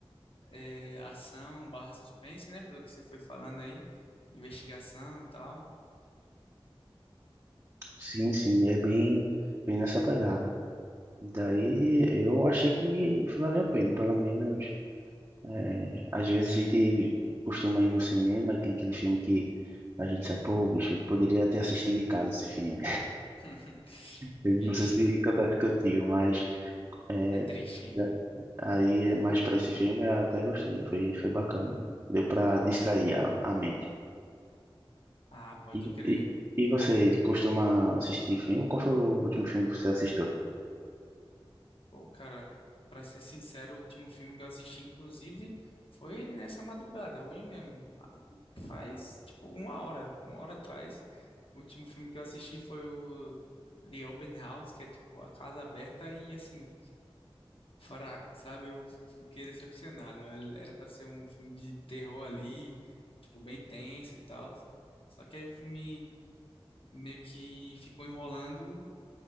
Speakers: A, on the left; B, on the right.
A: é, ação barra suspense, né? Pelo que você foi falando aí, investigação e tal.
B: Sim, sim, é bem, bem nessa pegada. E daí eu achei que valeu a pena, pelo menos. é, às vezes a gente costuma ir no cinema e tem aquele filme que a gente sai, pô, bicho, eu poderia ter assistido em casa esse filme.
A: <laughs>
B: Eu
A: Vixe,
B: Não sei se acontece contigo, mas é,
A: é triste, hein?
B: da- aí mais para esse filme eu até gostei, foi, foi bacana. Deu para distrair a, a mente.
A: Ah, pode
B: E,
A: crer.
B: e, e você costuma assistir filme? Qual foi o último filme que você assistiu?
A: Pô, cara, pra ser sincero, o último filme que eu assisti, inclusive, foi nessa madrugada, hoje mesmo. faz tipo uma hora, uma hora atrás. O último filme que eu assisti foi o The Open House, que é tipo a casa aberta e assim, fraco, sabe? Eu fiquei decepcionado. Era pra ser um filme de terror ali, tipo bem tenso e tal. Só que aí o filme meio que ficou enrolando